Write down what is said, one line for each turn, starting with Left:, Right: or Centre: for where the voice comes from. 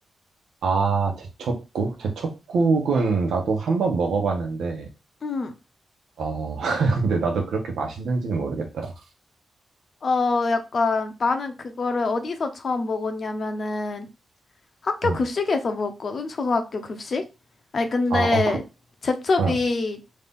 Right: 아, 제첩국? 제첩국은 나도 한번 먹어봤는데,
Left: 응.
Right: 어, <laughs> 근데 나도 그렇게 맛있는지는 모르겠더라.
Left: 어 약간 나는 그거를 어디서 처음 먹었냐면은 학교
Right: 응.
Left: 급식에서 먹었거든, 초등학교 급식. 아니, 근데
Right: 아, 아, 그,
Left: 제첩이
Right: 응.